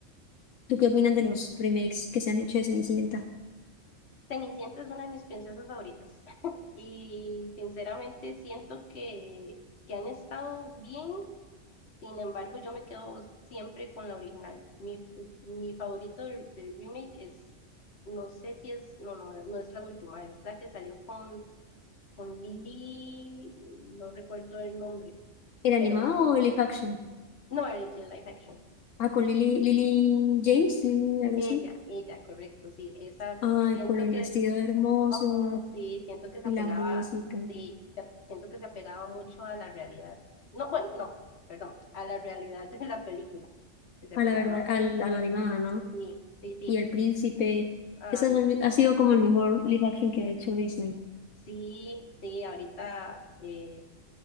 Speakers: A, on the left; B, on the left.
A: ¿Tú qué opinas de los remakes que se han hecho de Cenicienta?
B: Cenicienta es una de mis princesas favoritas <laughs> y sinceramente siento que, que han estado bien, sin embargo yo me quedo siempre con la original. Mi, mi favorito del, del remake es, no sé si es, no, no, no es la última, es la que salió con, con Lily, no recuerdo el nombre,
A: ¿El animado
B: pero
A: o el live action?
B: no, el, el live action.
A: Ah, con Lily, Lily James, Lily, algo
B: Ella,
A: así.
B: ella, correcto, sí, esa
A: Ay,
B: siento
A: con el
B: que
A: vestido hermoso
B: Oh, sí, siento que se
A: y
B: apegaba,
A: la música.
B: sí, se- siento que se apegaba mucho a la realidad. No, bueno, no, perdón, a la realidad de la película, que se apegaba,
A: A la verdad, al, a la animada, ¿no?
B: sí, sí, sí,
A: Y el príncipe.
B: ay,
A: Eso
B: sí,
A: ha sido como el mejor live action que ha hecho Disney.
B: sí, sí, ahorita eh,